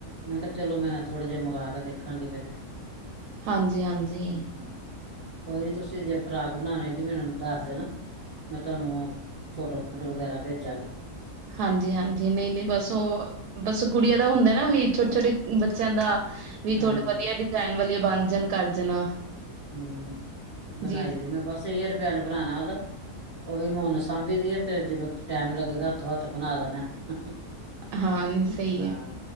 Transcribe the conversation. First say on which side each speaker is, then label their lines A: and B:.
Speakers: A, on the right (about 30°); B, on the right (about 85°).
A: ਮੈਂ ਕਿਹਾ ਚਲੋ ਮੈਂ ਥੋੜੇ ਜਿਹੇ ਮੰਗ ਆਕੇ ਦੇਖਾਂਗੀ ਪਹਿਲੇ
B: ਹਾਂਜੀ, ਹਾਂਜੀ।
A: ਹੂੰ ਕੋਈ ਨੀ ਤੁਸੀਂ ਜੇ ਫ਼ਰਾਕ ਬਣਾਉਣੇ ਹੋਏਗੀ ਮੈਨੂੰ ਦੱਸ ਦੇਣਾ। ਮੈਂ ਤੁਹਾਨੂੰ ਫੋਟੋ-ਫੋਟੋ ਵਗੈਰਾ ਭੇਜਾਂਗੀ।
B: ਹਾਂਜੀ-ਹਾਂਜੀ ਨਹੀਂ-ਨਹੀਂ ਬਸ ਉਹ ਬਸ ਗੁੜੀਆਂ ਦਾ ਹੁੰਦਾ ਨਾ ਵੀ ਛੋਟੇ- ਛੋਟੇ ਬੱਚਿਆਂ ਦਾ ਵੀ
A: ਹਾਂਜੀ
B: ਥੋੜੇ ਵਧੀਆ ਡਿਜ਼ਾਇਨ ਵਾਲੀਆ ਬਣ ਜਾਣ ਕਰ ਜਾਣਾ।
A: ਹੂੰ ਬਣਾਈ
B: ਜੀ-ਜੀ
A: ਦੀ ਮੈਂ ਬਸ ਹੈਅਰਬੈਂਡ ਬਣਾਣਾ ਉਹਦਾ ਉਹ ਵੀ ਮੈਂ ਉਨ ਸਾਂਭੀ ਦੀ ਆਏ ਤੇ ਜਦੋਂ ਟੈਮ ਲੱਗੇਗਾ ਹੱਥੋਂ ਹੱਥ ਬਣਾ ਦੇਣਾ ਏ।
B: ਹਾਂ
A: <inaudible>
B: ਨਈ ਸਈ
A: ਹਾਂ
B: ਐ।